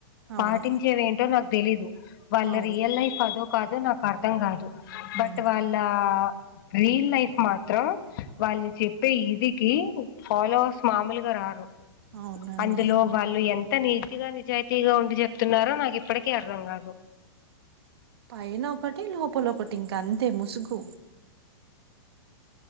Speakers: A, on the right; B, on the left.
A: అవును
B: పాటించేవేంటో నాకు తెలీదు వాళ్ళ
A: అవును
B: రియల్ లైఫ్ అదో కాదో నాక్ కర్థం గాదు
A: ఉమ్
B: బట్ వాళ్ళ రీల్ లైఫ్ మాత్రం వాళ్ళు చెప్పే ఇదికి ఫాలోవర్స్ మామూలుగా రారు
A: అవునండి
B: అందులో వాళ్ళు ఎం త నీతిగా నిజాయితీగా ఉండి చెప్తున్నారో నాకు ఇప్పడికీ అర్థం కాదు
A: పైనొకటి లోపలొకటి ఇంక అంతే ముసుగు